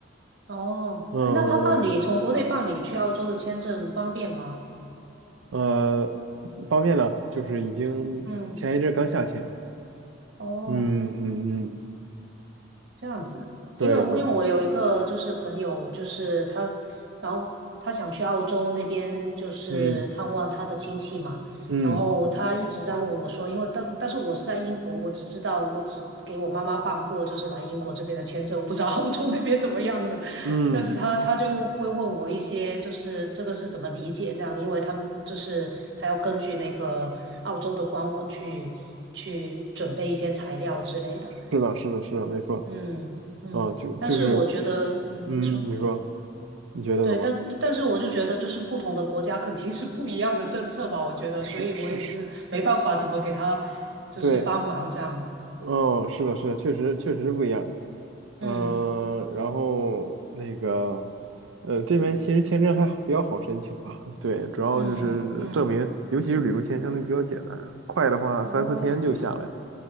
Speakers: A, on the right; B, on the right.
A: 哦，
B: 嗯嗯嗯，
A: 哎，那他办理从国内办理去澳洲的签证方便吗？
B: 呃，方便了，就是已经前一阵刚下签，
A: 嗯，哦。
B: 嗯嗯嗯，
A: 这样子，
B: 对对，
A: 因为因为我有一个就是朋友，就是他，然后他想去澳洲那边，就是探望他的亲戚嘛。
B: 嗯嗯
A: 然后他一直在问我说，因为但但是我是在英国，我只知道我只给我妈妈办过就是来英国这边的签证，我不知道澳洲那边怎么样的。
B: 嗯，
A: 但是他他就会问我一些，就是这个是怎么理解这样，因为他们就是他要根据那个澳洲的官网去去准备一些材料之类的。
B: 是的，是的，是的，没错。
A: 嗯嗯，
B: 啊，就就是，
A: 但是我觉得，嗯，
B: 嗯，
A: 您说，
B: 你说，你觉得怎么？
A: 对，但但是我就觉得，就是不同的国家肯定是不一样的政策吧，我觉得，
B: 是是是，
A: 所以我也是没办法怎么给他就是帮忙这样。
B: 对，哦，是的，是的，确实确实不一样。呃，
A: 嗯
B: 然后那个，呃，这边其实签证还好比较好申请吧。<laughs> 对，主要就是证明，
A: 嗯嗯，
B: 尤其是旅游签相对比较简单，快的话三四天就下来了。
A: 哦